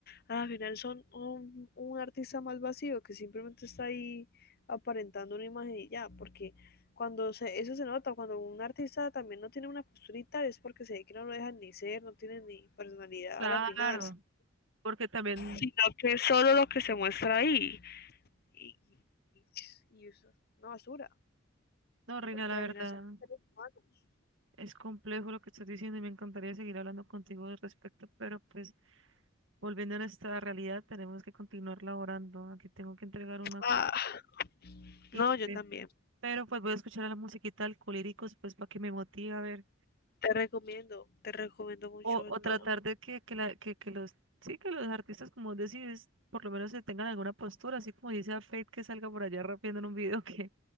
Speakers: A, on the left (about 50°); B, on the right (about 70°).
A: al final son un, un artista más vacío que simplemente está ahí aparentando una imagen y ya, porque cuando se, eso se nota, cuando un artista también no tiene una posturita es porque se ve que no lo dejan ni ser, no tiene ni personalidad
B: claro,
A: a la final,
B: porque también,
A: sino que es solo lo que se muestra ahí. Y, y- y eso es una basura,
B: no, Reina,
A: porque
B: la
A: a la
B: verdad,
A: final son seres humanos.
B: es complejo lo que estás diciendo y me encantaría seguir hablando contigo al respecto, pero pues volviendo a nuestra realidad, tenemos que continuar laborando. Aquí tengo que entregar una
A: Ah,
B: ITV,
A: no, yo también.
B: pero pues voy a escuchar a la musiquita Alcolíricos, pues para que me motive a ver,
A: Te recomiendo, te recomiendo mucho
B: o, o
A: todo.
B: tratar de que, que, la, que, que los, sí, que los artistas, como vos decís, por lo menos se tengan alguna postura, así como dice a Fate que salga por allá rapeando en un video <laughs> que,